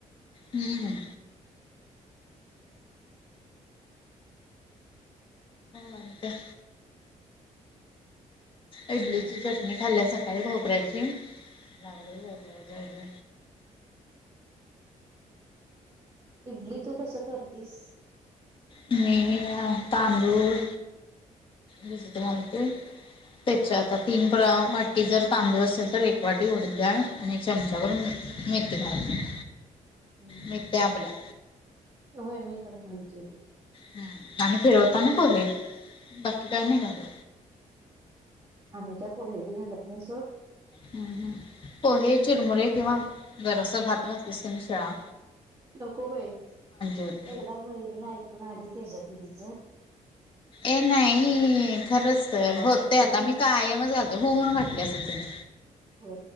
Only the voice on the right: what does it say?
इडली तू कस करतीस.
हम्
हम्
होय मी पण घालतोय ते.
आम्ही काय पोहे बी घालत नाही सोड
नको बाई
एकदा मयुरीण ऐकून आली त्याच्या दिदी
तवा
घातली
बी
हो